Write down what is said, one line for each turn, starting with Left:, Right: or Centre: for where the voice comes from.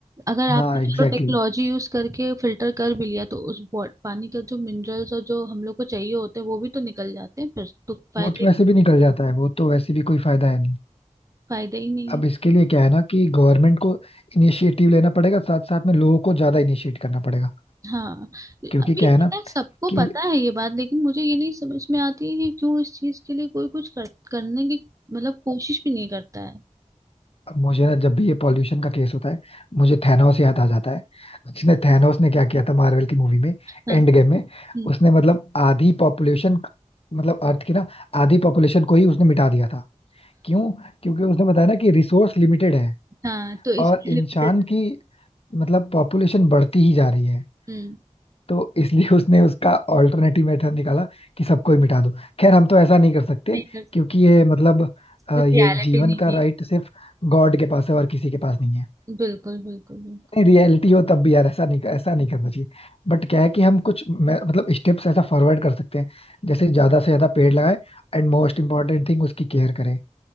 Right: अगर
Left: हाँ
Right: आपने
Left: एग्जैक्टली
Right: चलो टेक्नोलॉजी
Left: exactly.
Right: यूज करके फिल्टर कर भी लिया तो उस बॉ- पानी का जो मिनरल्स और जो हम लोग को चाहिए होते हैं वो भी तो निकल जाते हैं फिर तो फायदा
Left: वो तो
Right: ही-
Left: वैसे भी निकल जाता है वो तो वैसे भी कोई फायदा है नहीं
Right: फायदा ही नहीं
Left: अब
Right: है
Left: इसके लिए क्या है ना कि गवर्नमेंट को इनिशिएटिव लेना पड़ेगा साथ साथ में लोगों को ज्यादा इनिशिएट करना पड़ेगा
Right: हाँ अभी
Left: क्योंकि क्या है
Right: पता
Left: ना
Right: है सबको
Left: कि
Right: पता है ये बात लेकिन मुझे ये नहीं समझ में आती है कि क्यों इस चीज के लिए कोई कुछ कर, करने की मतलब कोशिश भी नहीं करता है
Left: मुझे ना जब भी ये पॉल्यूशन का केस होता है मुझे थैनोस याद आ जाता है उसने थैनोस ने क्या किया था मार्वल की मूवी में
Right: हाँ
Left: एंड गेम में
Right: हम्म,
Left: उसने मतलब आधी पॉपुलेशन मतलब अर्थ की ना आधी पॉपुलेशन को ही उसने मिटा दिया था क्यों क्योंकि उसने बताया ना कि रिसोर्स लिमिटेड है
Right: हाँ तो इसके
Left: और इंसान
Right: लिमिटेड
Left: की मतलब पॉपुलेशन बढ़ती ही जा रही है
Right: हम्म
Left: तो इसलिए उसने उसका ऑल्टरनेटिव मेथड निकाला कि सबको ही मिटा दो खैर हम तो ऐसा नहीं कर सकते
Right: नहीं कर सकते
Left: क्योंकि ये मतलब अ,
Right: रियलिटी
Left: ये जीवन
Right: नहीं
Left: का राइट सिर्फ
Right: है
Left: गॉड के पास है और किसी के पास नहीं है
Right: बिल्कुल बिल्कुल बिल्कुल
Left: नहीं रियलिटी हो तब भी यार ऐसा नहीं ऐसा नहीं करना चाहिए बट क्या है कि हम कुछ मे- मतलब स्टेप्स ऐसा फॉरवर्ड कर सकते हैं जैसे ज्यादा से ज्यादा पेड़ लगाएं एंड मोस्ट इम्पोर्टेंट थिंग उसकी केयर करें